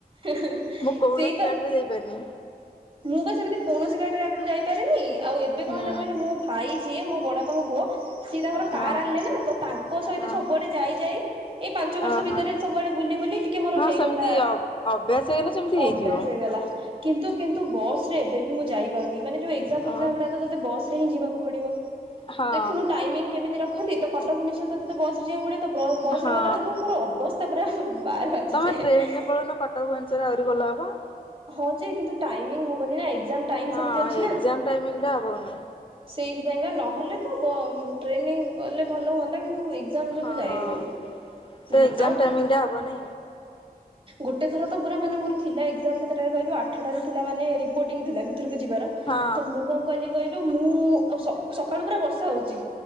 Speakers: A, on the right (about 35°); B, on the left (about 35°).
A: ସେଇ
B: ମୁଁ କୌଣସି
A: ତ
B: ଗାଡିରେ ଜାଇପାରିନି।
A: ମୁଁ ବା ସେମିତି କୌଣସି ଗାଡିରେ ଆଗରୁ ଯାଇପାରେନି ଆଉ ଏବେ
B: ହୁଁ
A: କଣ ହେଲା କହିଲୁ ମୋ ଭାଇ ଯିଏ ମୋ ବଡବାପାଙ୍କ ପୁଅ ସିଏ ତାଙ୍କର
B: ହଁ
A: କାର୍ ଆଣିଲେ ନା ତ ତାଙ୍କ ସହି
B: ହଁ
A: ତ ସବୁଆଡେ ଯାଇ ଯାଇ ଏଇ ପାଞ୍ଚ ବର୍ଷ
B: ଓହୋ।
A: ଭିତରେ ସବୁଆଡେ ବୁଲି ବୁଲି ଟିକେ ମୋର
B: ହଁ
A: ହେଇଗଲା,
B: ସେମିତି ଅଭ୍ୟାସ ହେଇଗଲେ ସେମିତି ହେଇଯିବ।
A: ଅଭ୍ୟାସ ହେଇଗଲା। କିନ୍ତୁ କିନ୍ତୁ ବସରେ ଏବେ ବି ମୁଁ ଯାଇପାରୁନି ମାନେ ଯୋଉ ଏଗଜାମ ଫେଗଜାମ
B: ଓହୋ
A: ଗୁଡା ତତେ ବସ ରେ ହିଁ ଯିବାକୁ ପଡିବ।
B: ହଁ
A: ଦେଖୁନୁ ଟାଇମିଂ କେମିତି ରଖନ୍ତି ତ କଟକ ଭୁବନେଶ୍ୱର ତ ତତେ ବସ ରେ ଯିବାକୁ ପଡିବ ତ ବ୍ର ବସ
B: ହଁ।
A: ରେ ଗଲା ବେଳକୁ ମୋର ଅବସ୍ଥା ପୁରା ବାହାର ବାଜିଯାଏ
B: ତମେ ଟ୍ରେନରେ
A: ଏହେ ଇଁ
B: ପଳଉନ କଟକ ଭୁବନେଶ୍ୱର ଆହୁରି ଭଲ ହବ।
A: ହଁ ଯେ କିନ୍ତୁ ଟାଇମିଂ ହବନି ନା ଏକ୍ଜାମ ଟାଇମ
B: ହଁ
A: ସେମିତି ଅଛି
B: ଏକ୍ସାମ
A: ନା।
B: ଟାଇମିଂ ଟା ହବନି।
A: ସେଇଥିପାଇଁ ବା ନହେଲେ ତ ବ ଉଂ ଟ୍ରେନରେ ଗଲେ ଭଲ ହୁଅନ୍ତା କିନ୍ତୁ ଏ ଏଗଜାମ ଯୋଗୁ
B: ହଁ।
A: ଯାଇ ହଉନି
B: ସେ ଏକ୍ଜାମ
A: ଆଉ
B: ଟାଇମିଂ
A: ହୁଁ
B: ଟା ହବନି
A: ଗୋଟେ ଥର ତ ପୁରା ମାନେ ମୋର ଥିଲା ଏକ୍ଜାମ କେତେଟାରେ କହିଲୁ ଆଠଟାରେ ଥିଲା ମାନେ ରିପୋର୍ଟିଂ ଥିଲା ଭିତରକୁ ଯିବାର
B: ହଁ
A: ତ ମୁଁ କଣ କହିଲି କହିଲୁ ମୁଁ ସକାଳୁ ପୁରା ବର୍ଷା ହଉଛି